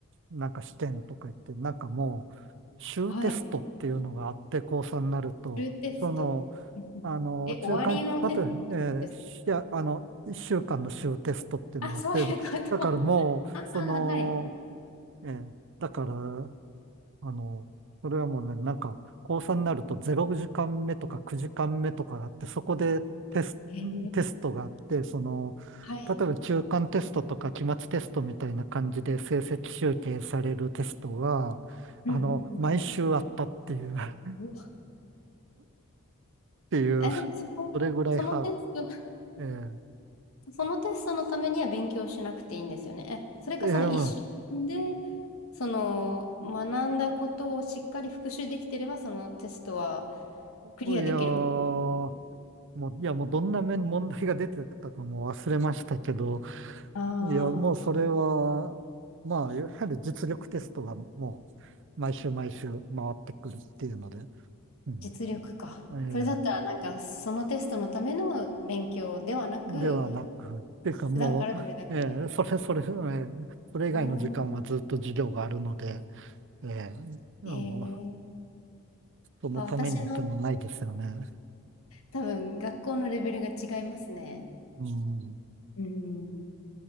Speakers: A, on the right; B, on the left.
A: なんか試験とか言って、なんかもう、週テストっていうのがあって、
B: はい。
A: 高3になると、
B: 中テスト。
A: その、
B: うんうんえ、
A: あのー、
B: 終わりのテスト
A: 中間、あと、え
B: ですか
A: ーしあの、1週間の週テストっていうのがあって、
B: あ、そういうこと。
A: だからもう、
B: ああ、
A: その、
B: はい。
A: ええ。だから、あの、それはもうね、なんか、高3になると0時間目とか9時間目とかがあって、そこでテス、
B: へえ、
A: テストがあって、その、
B: はい。
A: 例えば中間テストとか期末テストみたいな感じで成績集計されるテストは、
B: うんうん
A: あの、毎週あったっていう、<laughs> っ
B: うん。
A: ていう、
B: え、でもその、
A: それぐらいハード。
B: そのテスト、
A: え
B: そのテストのためには勉強しなくていいんですよね。え、それかその一週間で、
A: え、ええ、ま
B: その、学んだことをしっかり復習できてれば、そのテストは
A: あ、
B: クリアできるか。
A: いやー、もう、いや、もうどんな面問題が出てたかもう忘れましたけど、
B: あ
A: いや、もうそれは、
B: あ、
A: まあ、やはり実力テストがもう、毎週毎週回ってくるっていうので、うん。
B: 実力か。
A: え
B: それだったら、
A: ー
B: なんか、そのテストのための勉強ではなく、
A: ではなく、っていうかもう、
B: 普段からどれだけ。
A: えーそれそれ、えーそれ以外の時間はずっと授業があるので、
B: うん。
A: えーあの、
B: ええ
A: そのためにってもないですよね。
B: あ、私の多分学校のレベルが違いますね。
A: うん。
B: うん。